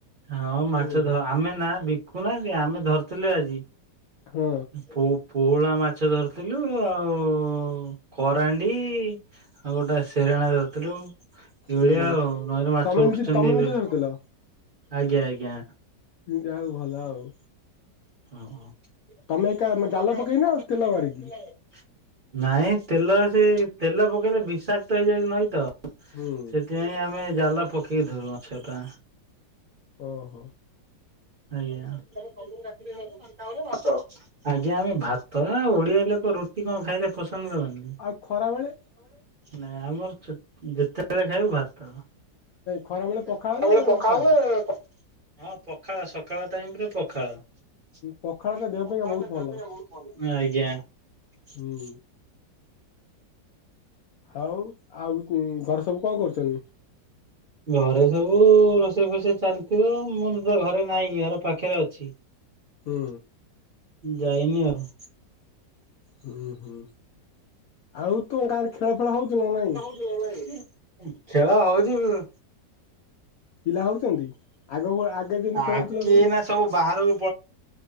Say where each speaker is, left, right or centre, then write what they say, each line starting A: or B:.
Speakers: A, on the right; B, on the left.
A: ହଁ ମାଛ
B: ହୁଁ
A: ଧ ଆମେ ନା ବିକୁନାହାନ୍ତି ଆମେ ଧରିଥିଲୁ ଆଜି।
B: ହଁ।
A: ପୋ-ପୋହଳା ମାଛ ଧରିଥିଲୁ ଆଉ କରାଣ୍ଡି ଆଉ ଗୋଟେ ସେରାଣା ଧରିଥିଲୁ ଏଇଭଳିଆ
B: ହୁଁ
A: ଆଉ ନଈରେ ମାଛ
B: ତମେ
A: ଉଠୁଚନ୍ତି
B: ନିଜେ ତମେ
A: ଏବେ।
B: ନିଜେ ଧରିଥିଲ?
A: ଆଜ୍ଞା ଆଜ୍ଞା।
B: ହୁଁ ଯାହୋଉ ଭଲ ଆଉ।
A: ହଁ।
B: ତମେ ଏକା ଜାଲ ପକେଇନା ତେଲ ମାରିକି?
A: ନାଇଁ ତେଲ ସେ ତେଲ ପକେଇଲେ ବିଷାକ୍ତ ହେଇଯାଉଚି ନଈ ତ।
B: ଓହୋ।
A: ସେଇଁ ଆମେ ଜାଲ ପକେଇକି ଧରୁଁ ମାଛଟା।
B: ଓହୋ।
A: ତମେ ସବୁଦିନ ରାତିରେ ରୁଟି ଖାଅ ନା ଭାତ? ଆଜ୍ଞା ଆମେ ଭାତ ନା ଓଡିଆ ଲୋକ ରୁଟି କଣ ଖାଇଲେ ପସନ୍ଦ କରନ୍ତି।
B: ଆଉ ଖରା ବେଳେ
A: ନାଇଁ ଆମର ଚୁ ଯେତେବେଳେ ଖାଇବୁ ଭାତ। ନାଇଁ
B: ଖରା ବେଳେ ପଖାଳ
A: ଖରାବେଳେ
B: ନା
A: ପଖାଳ
B: କଣ?
A: ନା କଣ? ହଁ ପଖାଳ ସକାଳ ଟାଇମରେ ପଖାଳ। ପଖାଳଟା
B: ପଖାଳ ଟା ଦେହ ପାଇଁକା ବହୁତ ଭଲ
A: ଦେହ ପାଇଁ ବୋହୁତ ଭଲ।
B: ହୁଁ। ହହଉ ଆଉ କୁଁ ଘରେ ସବୁ କଣ କରୁଚନ୍ତି?
A: ଘରେ ସବୁ ରୋଷେଇ ଫୋଷେଇ ଚାଲିଥିବ ମୁଁ ତ ଘରେ ନାହିଁ ଘର ପାଖରେ ଅଛି।
B: ହୁଁ।
A: ଯାଇନି ଆଉ।
B: ହୁଁ ହୁଁ ଆଉ ତୁମ ଗାଁରେ ଖେଳ ଫେଳ ହୋଉଚି ନା ନାଇଁ?
A: ଖେଳ ହୋଉଚି ବୁ
B: ପିଲା ହୋଉଚନ୍ତି ଆଗଭ ଆଗେ ଯେମିତି ଖେଳ
A: ଆଗେ
B: ହୋଉଥିଲ ସେମତି
A: ଏଇନା ସବୁ ବାହାରକୁ